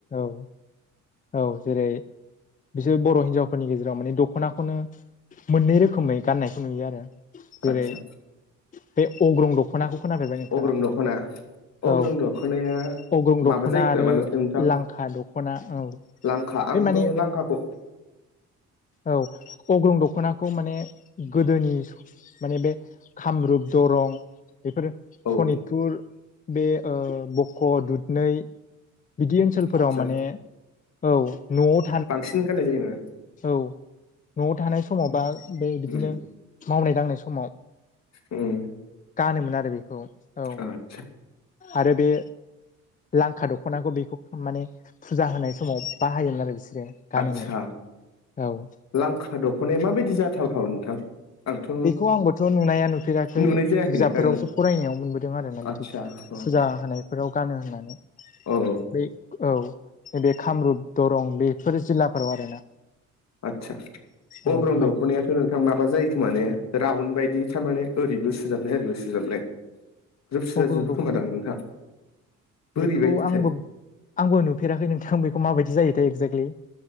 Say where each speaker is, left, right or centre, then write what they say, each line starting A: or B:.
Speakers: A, on the left; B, on the left.
A: औ। औ जेरै। बिसोर बर हिनजावफोरनि गेजेराव माने दखनाखौनो मोननै रोखोमै गाननायखौ नुयो आरो। जेरै
B: आदसा
A: बे अग्रं दखनाखौ खोनाफेरबाय नोंथाङा।
B: अग्रं दख'ना अग्रं
A: औ
B: दख'नाया
A: अग्रं
B: माबा
A: दखना
B: जायो खोमा
A: आरो
B: नोंथां नोंथां
A: लांखा दखना औ।
B: लांखा आंथ
A: बे माने
B: लांखाखौ
A: औ अग्रं दखनाखौ माने गोदोनि माने बे खामरुप दरं बेफोरो
B: औ
A: सनिपुर बे ओ-बक दुदनै बिदि ओनसोलफोराव
B: आदसा
A: माने औ न
B: बांसिन गानाय जायोनो।
A: नआव थानाय समाव बा बे बिदिनो
B: उम
A: मावनाय दांनाय समाव।
B: उम
A: गानोमोन आरो बेखौ औ
B: आतसा।
A: आरो बे लांखा दखनाखौ बेखौ माने फुजा होनाय समाव बाहायोमोन आरो बिसोरो गानोमोन।
B: आदसा
A: औ।
B: लांखा दखनाया माबायदि जाथावथाव नोंथां। आंथ'
A: बेखौ आंबोथ नुनाया नुफेराखै
B: नुनाय जायाखै
A: बिजाबफोरावसो
B: नोंथां
A: फरायनायाव मोनबोदों आरोना बिदि।
B: आदसा
A: फुजा
B: औ
A: होनायफोराव गानो होननानै।
B: औ।
A: बे औ नैबेे कामरुप दरं बेफोर जिल्लाफोराव आरोना।
B: आतसा
A: औ
B: अग्रन
A: ओमफ्राय
B: दखनाया। नोंथां माबा जायो खोमा माने राउन्ड बायदि थारमाने ओरैबो सोजाबनाय ओरैबो सोजाबनाय। ग्रोब सुजा
A: अग्रं
B: जोबो
A: दख'ना
B: खोमादां नोंथां। बोरैबायदिथाय
A: बेखौ आंबो आंबो नुफेराखै नोंथां बेखौ माबायदि जायोथाय एक्जेक्लि।